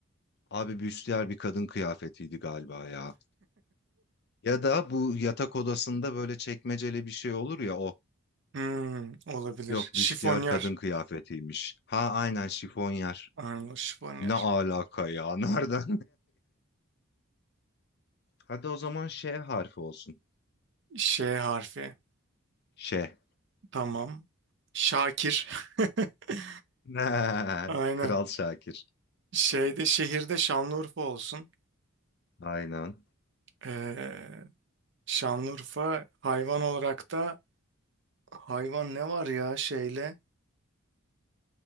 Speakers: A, on the left (about 50°); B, on the right (about 55°).
A: abi Büstiyar bir kadın kıyafetiydi galiba ya. Ya da bu yatak odasında böyle çekmeceli bir şey olur ya o.
B: Hmm, olabilir.
A: Yok
B: Şifonyer.
A: Büstiyar kadın kıyafetiymiş. Ha aynen şifonyer.
B: Aynen şifonyer.
A: Ne alaka ya? <laughs> Nereden? Hadi o zaman Ş harfi olsun.
B: Ş harfi.
A: Ş.
B: Tamam. Şakir. <laughs>
A: <laughs>
B: Aynen.
A: Kral Şakir.
B: Şeyde şehirde Şanlıurfa olsun.
A: Aynen.
B: Ee, Şanlıurfa hayvan olarak da hayvan ne var ya şeyle